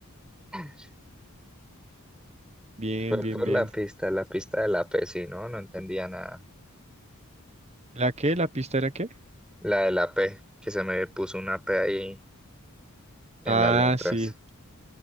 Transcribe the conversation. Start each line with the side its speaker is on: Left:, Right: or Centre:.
Centre: <laughs>
Right: Bien,
Centre: Fue
Right: bien,
Centre: por
Right: bien.
Centre: la pista, la pista de la P, sí, no, no entendía nada.
Right: ¿La qué? ¿La pista era qué?
Centre: La de la P, que se me puso una P ahí en
Right: Ah,
Centre: las letras.
Right: sí.